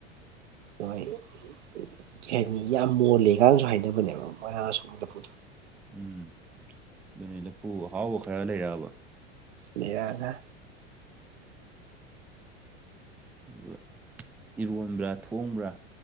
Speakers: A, on the right; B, in the centre.
A: ꯍꯣꯏ ꯀꯩ ꯍꯥꯏꯅꯤ ꯌꯥꯝ ꯃꯣꯜꯂꯦꯀꯅꯁꯨ ꯍꯥꯏꯅꯕꯅꯦꯕ ꯃꯣꯏꯥꯡ ꯁꯣ ꯂꯨ <unintelligible>
B: ꯎꯝ ꯑꯗꯨꯅꯤ ꯂꯐꯨ ꯑꯍꯥꯎꯕ ꯈꯔ ꯂꯩꯔꯛꯑꯕ
A: ꯂꯩ ꯌꯥꯒ
B: ꯑꯗꯨꯒ ꯏꯔꯣꯟꯕ꯭ꯔꯥ ꯊꯣꯡꯕ꯭ꯔꯥ